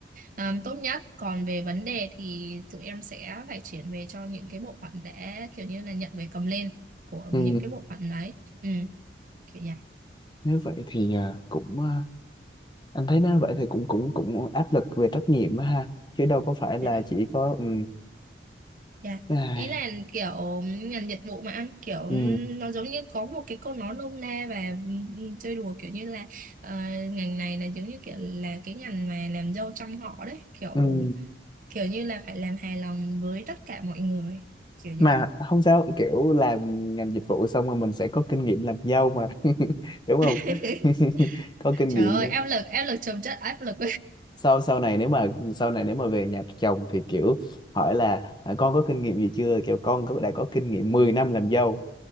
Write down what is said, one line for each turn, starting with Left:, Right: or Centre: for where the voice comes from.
Right: um, tốt nhất còn về vấn đề thì tụi em sẽ phải chuyển về cho những cái bộ phận để kiểu như là nhận về cầm lên của
Left: ừ.
Right: những cái bộ phận đấy ừ, kiểu
Left: Nếu vậy thì ờ, cũng ờ, anh thấy nếu vậy thì cũng cũng cũng áp lực về trách nhiệm á ha chứ đâu có phải là
Right: vậy
Left: chỉ có ừ
Right: Dạ,
Left: ai,
Right: Ý là kiểu ngành dịch vụ mà anh kiểu
Left: ừ
Right: nó giống như có một cái câu nói nôm na và ừ, ừ, chơi đùa kiểu như là ờ, ngành này là giống như kiểu là cái ngành mà làm dâu trăm họ đấy kiểu
Left: ừ
Right: kiểu như là phải làm hài lòng với tất cả mọi người kiểu
Left: mà
Right: vậy
Left: không sao kiểu làm ngành dịch vụ xong rồi mình sẽ có kinh nghiệm làm dâu mà <laughs> đúng không
Right: <laughs>
Left: <laughs> có kinh
Right: trời
Left: nghiệm
Right: ơi áp lực áp lực chồng chất áp lực
Left: sau sau này nếu mà sau này nếu mà về nhà chồng thì kiểu hỏi là à, con có kinh nghiệm gì chưa kiểu con có, đã có kinh nghiệm 10 năm làm dâu